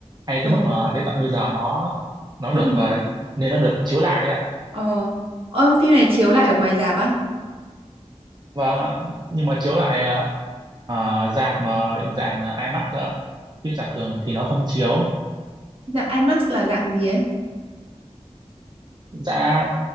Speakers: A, on the right; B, on the right.
A: Hay
B: Ờ,
A: tới mức mà tới tận bây giờ nó nó
B: vẫn
A: được
B: đừng.
A: ờ, nên nó được chiếu lại đấy ạ.
B: Ờ, ơ, phim này chiếu lại ở ngoài rạp á?
A: Vâng ạ, nhưng mà chiếu lại ờ, ờ, rạp mà định dạng ờ, IMAX ạ. Chứ rạp thường thì nó không chiếu.
B: Dạng IMAX là dạng gì ấy?
A: Dạ